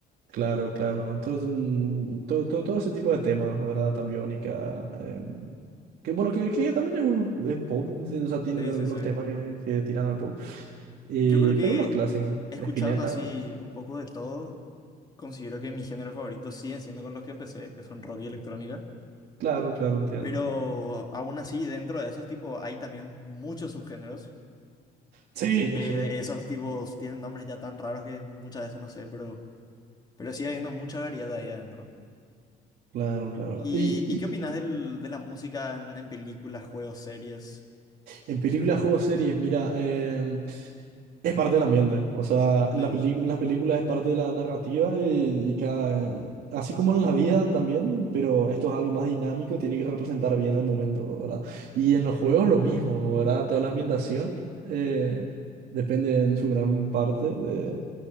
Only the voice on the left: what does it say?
Sí,
sí, sí.
Yo creo que
escuchando
así un poco de todo, considero que mis géneros favoritos siguen siendo con los que empecé, que son rock y electrónica.
Pero aún así, dentro de esos tipos hay también muchos subgéneros,
que de
esos tipos tienen nombres ya tan raros que muchas veces no sé, pero, pero sigue habiendo mucha variedad ahí adentro.
¿Y,
y qué opinas del- de la música en, en películas, juegos, series?
Eh,